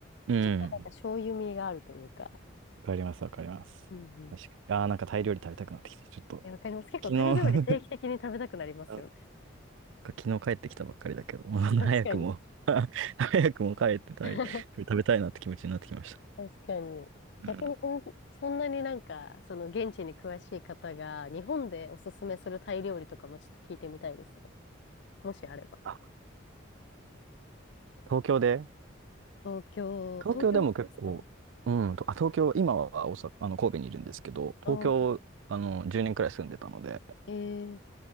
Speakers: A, on the right; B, on the left.
A: うん、
B: ちょっとなんか醤油味があるというか。
A: わかります、わかります。
B: うんうん。
A: 確かに。ああ、なんかタイ料理食べたくなってきた。ちょっと、
B: え、わかります。結構タイ料理定期的に食べたくなりますよね。
A: 昨日 <laughs> なんか昨日帰ってきたばっかりだけど、もう早くも
B: <laughs> 確かに。
A: <laughs> 早くも帰ってたい、
B: <laughs>
A: 食べたいなって気持ちになってきました。
B: 確かに。逆にこん、
A: うん。
B: そんなになんか、その現地に詳しい方が、日本でおすすめするタイ料理とかもちょっと聞いてみたいですね。もしあれば。
A: あ、東京で
B: 東京、
A: 東京でも結構、
B: 東京ですか
A: うん、とあ、東京、今は大阪、あの、神戸にいるんですけど、東京、
B: おー、
A: あの、10年くらい住んでたので、
B: えー、